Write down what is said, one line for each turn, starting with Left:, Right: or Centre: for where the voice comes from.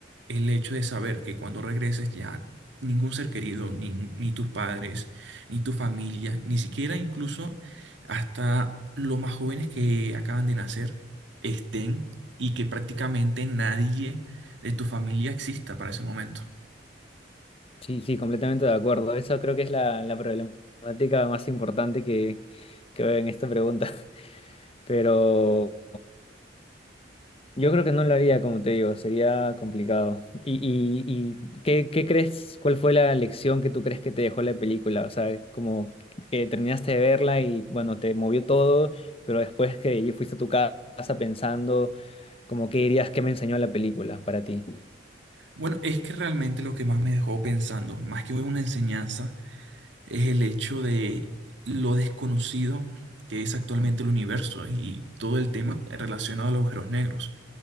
Right: el hecho de saber que cuando regreses ya ningún ser querido, ni, ni tus padres, ni tu familia, ni siquiera incluso hasta los más jóvenes que acaban de nacer estén y que prácticamente nadie de tu familia exista para ese momento.
Left: Sí, sí, completamente de acuerdo. Eso creo que es la, la problemática más importante que, que veo en esta pregunta. <laughs> Pero Yo creo que no lo haría, como te digo, sería complicado. ¿Y, y, y qué, qué crees, cuál fue la lección que tú crees que te dejó la película? O sea, como que terminaste de verla y bueno, te movió todo, pero después que y fuiste a tu ca- casa pensando, como qué dirías que me enseñó la película para ti.
Right: Bueno, es que realmente lo que más me dejó pensando, más que una enseñanza, es el hecho de lo desconocido que es actualmente el universo y todo el tema relacionado a los agujeros negros,